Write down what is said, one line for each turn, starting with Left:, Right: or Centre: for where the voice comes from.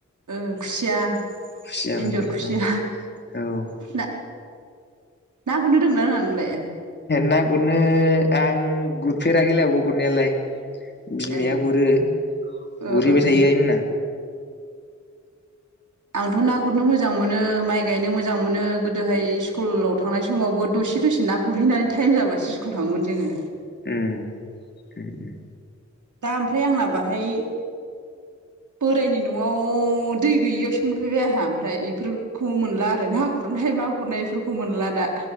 Right: उम खुसिया
Left: खुसियाफोरजों
Right: एन्जर खुसिया
Left: औ औ
Right: ना ना गुरनो रोंङो ना रोङा नोंलाय?
Left: ना गुरनो आं गुरफेराखैलै आब' गुरनायालाय। बिमाया
Right: ए
Left: गुरो
Right: ओ
Left: गुरहैबाय
Right: ओ
Left: थायो
Right: ओ
Left: आइ मोना।
Right: आंथ' ना गुरनो मोजां मोनो। माइ गायनो मोजां मोनो गोदोहाय स्कुलाव थांनाय समावबो दसे दसे ना गुरहैनानै टाइम जाबासो स्कुलाव थाङोमोन जोङो।
Left: उम उम उम
Right: दा ओमफ्राय आंना बाहाय बोरायनि न'आव दै गैयियावसो मोनफैबाय आहा ओमफ्राय इफोरखौ मोनला आरो ना गुरनाय मा गुरनायफोरखौ मोनला दा